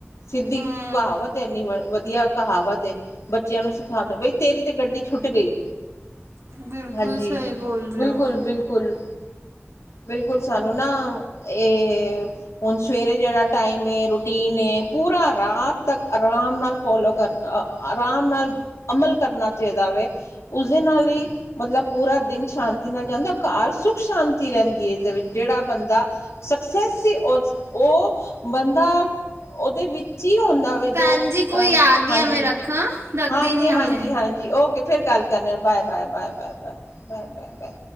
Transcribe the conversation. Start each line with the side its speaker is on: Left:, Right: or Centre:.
Left: ਸਿੱਧੀ
Right: ਹੂੰ
Left: ਕਹਾਵਤ ਏ ਏਨੀ ਵਦੀਆ ਕਹਾਵਤ ਏ। ਬੱਚਿਆਂ ਨੂੰ ਸਿਖਾ ਦੋ ਬਈ ਤੇਰੀ ਤੇ ਗੱਡੀ ਛੁੱਟ ਗਈ।
Right: ਬਿਲਕੁਲ
Left: ਹਾਂਜੀ।
Right: ਸਹੀ ਬੋਲ ਰਹੇ
Left: ਬਿਲਕੁੱਲ-
Right: ਹੋ
Left: ਬਿਲਕੁੱਲ। ਬਿਲਕੁੱਲ ਸਾਨੂੰ ਨਾ ਇਹ ਹੁਣ ਸਵੇਰੇ ਜਿਹੜਾ ਟਾਈਮ ਹੈ। ਰੂਟੀਨ ਹੈ। ਪੂਰਾ ਰਾਤ ਤੱਕ ਆਰਾਮ ਨਾਲ ਫੋਲੋ ਕਰਨਾ। ਆਰਾਮ ਨਾਲ ਅਮਲ ਕਰਨਾ ਚਾਹੀਦਾ ਵੇ। ਉਸਦੇ ਨਾਲ ਹੀ ਮਤਲਬ ਪੂਰਾ ਦਿਨ ਸ਼ਾਂਤੀ ਨਾਲ ਜਾਂਦਾ। ਘਰ ਸੁੱਖ ਸ਼ਾਂਤੀ ਰਹਿੰਦੀ ਹੈ। ਇਸਦੇ ਵਿੱਚ ਜਿਹੜਾ ਬੰਦਾ ਸਕਸੈਸ ਸੀ। ਉਹ ਬੰਦਾ ਉਹਦੇ ਵਿੱਚ ਚੀਅ ਹੁੰਦਾ ਵੇ।
Right: ਭੈਣ
Left: ਜੋ
Right: ਜੀ ਕੋਈ ਆ ਗਿਆ
Left: ਹਾਂਜੀ।
Right: ਮੈਂ ਰੱਖਾਂ ਰੱਖ
Left: ਹਾਂਜੀ-
Right: ਦੇਣੀ ਹਾਂ
Left: ਹਾਂਜੀ
Right: ਮੈਂ
Left: -ਹਾਂਜੀ ਓਕੇ ਫਿਰ ਗੱਲ ਕਰਨ ਹਾਂ। Bye- bye- bye- bye -bye -bye -bye -bye -bye.